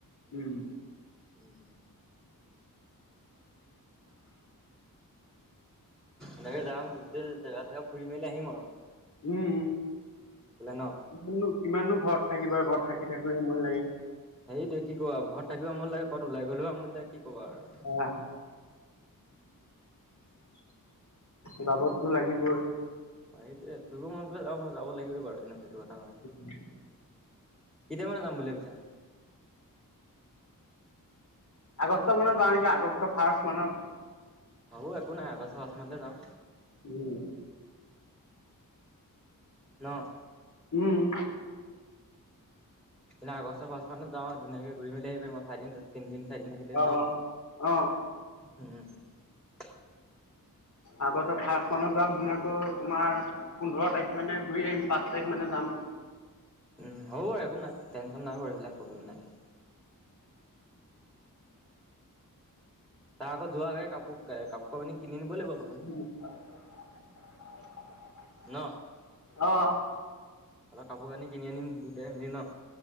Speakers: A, on the left (about 55°); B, in the centre.
A: উম।
B: উম, উম। এনেকে যাম <unintelligible> জেগা-চেগা ফুৰি মেলি আহিম আও।
A: উম,
B: ন
A: কিমাননো কিমাননো ঘৰত থাকিবা, ঘৰত থাকি থাকি আমনি লাগে।
B: সেইটোৱে কি ক'বা আ। ঘৰত থাকিলেও আমনি লাগে, ক'বাত গলেও আমনি লাগে কি ক'বা আৰু।
A: আ যাবটো লাগিবই।
B: অ সেইটোৱে। ফুৰিব মন গলে যাব <unintelligible> লাগিবই বাৰু। <unintelligible> সেইটো কথা হয়।
A: <unintelligible>
B: কেতিয়া মানে যাম বুলি ভাবিছা?
A: আগষ্ট মানত যাওঁ নেকি, আগষ্ট ফাৰ্ষ্ট মানত।
B: হ'ব একো নাই। আগষ্ট ফাষ্ট মানতে যাম।
A: উম।
B: ন?
A: উম, উম।
B: তেনে আগষ্টৰ ফাষ্ট মানত যাওঁ। ধুনীয়াকে ঘূৰি মেলি আহি <unintelligible> মই চাই দিম তোক। তিনদিন, চাৰিদিন থাকিলে
A: অ
B: ন?
A: অ
B: উম।
A: আগষ্টৰ ফাৰ্ষ্ট মানত যাম ধুনীয়াকৈ তোমাৰ পোন্ধৰ তাৰিখ মানে ঘূৰি আহিম, পাঁচ তাৰিখ মানে যাম।
B: উম হ'ব বাৰু একো নাই। টেনচন নাই বাৰু, এইবিলাক প্ৰব্লেম নাই <unintelligible> তাৰ আগত যোৱাৰ আগে গে কাপোৰ কাপোৰ-কানি কিনি নিব লাগিব অলপমান।
A: <unintelligible>
B: ন?
A: অ
B: অলপ কাপোৰ-কানি কিনি আনিম দুইটাই মিলি ন?